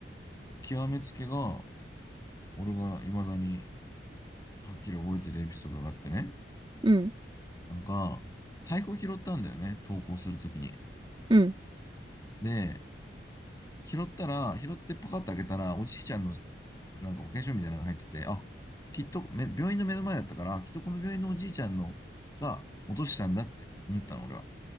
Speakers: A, on the left; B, on the right.
A: 極めつけが、俺が未だにはっきり覚えてるエピソードがあってね。
B: うん、
A: なんか、財布を拾ったんだよね、投稿するときに。
B: うん、
A: で、拾ったら、拾ってパカッと開けたら、おじいちゃんのなんか保険証みたいなのが入ってて、あ、きっとめ、病院の目の前だったから、きっとこの病院のおじいちゃんのが落としたんだって思ったの、俺は。